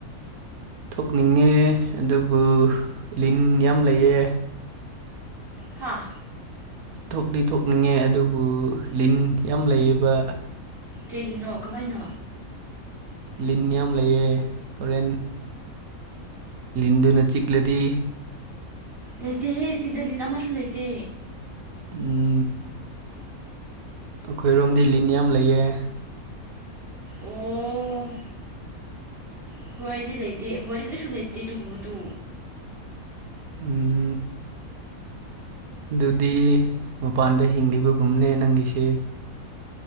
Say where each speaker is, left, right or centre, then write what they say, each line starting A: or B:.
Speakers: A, on the right (about 80°); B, on the right (about 45°).
A: ꯊꯣꯛꯅꯤꯡꯉꯦ ꯑꯗꯨꯕꯨ ꯂꯤꯟ ꯌꯥꯝ ꯂꯩꯌꯦ
B: ꯍꯥꯥ
A: ꯊꯣꯛꯇꯤ ꯊꯣꯛꯅꯤꯡꯉꯦ ꯑꯗꯨꯕꯨ ꯂꯤꯟ ꯌꯥꯝ ꯂꯩꯌꯦꯕ
B: ꯀꯩꯒꯤꯅꯣ ꯀꯃꯥꯏꯅ
A: ꯂꯤꯟ ꯌꯥꯝ ꯂꯩꯌꯦ ꯍꯣꯔꯦꯟ ꯂꯤꯟꯗꯨꯅ ꯆꯤꯛꯂꯗꯤ
B: ꯂꯩꯇꯦꯍꯦ ꯁꯤꯗ ꯂꯤꯟ ꯑꯃꯁꯨ ꯂꯩꯇꯦ
A: ꯎꯝ ꯑꯩꯈꯣꯏꯔꯣꯝꯗꯤ ꯂꯤꯟ ꯌꯥꯝ ꯂꯩꯌꯦ
B: ꯑꯣ ꯑꯈꯣꯏꯗꯤ ꯂꯩꯇꯦ ꯑꯥꯈꯣꯏꯗꯤ ꯀꯔꯤꯁꯨ ꯂꯩꯇꯦ ꯑꯥꯗꯨꯀꯨꯝꯕꯗꯨ
A: ꯎꯝ ꯑꯗꯨꯗꯤ ꯃꯄꯥꯟꯗ ꯍꯤꯡꯂꯤꯕꯒꯨꯝꯅꯦ ꯅꯪꯒꯤꯁꯦ